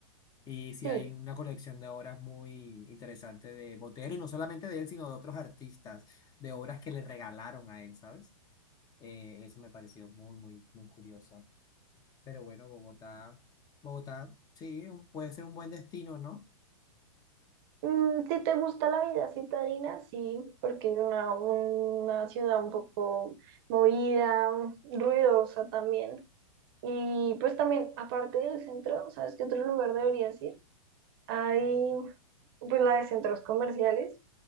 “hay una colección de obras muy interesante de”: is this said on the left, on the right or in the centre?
Left